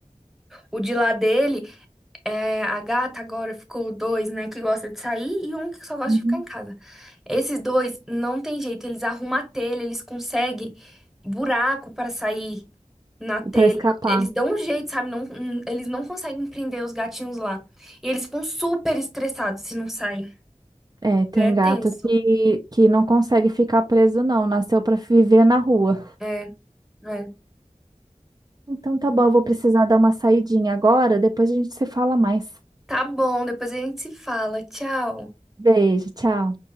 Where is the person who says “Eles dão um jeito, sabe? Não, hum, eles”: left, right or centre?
Centre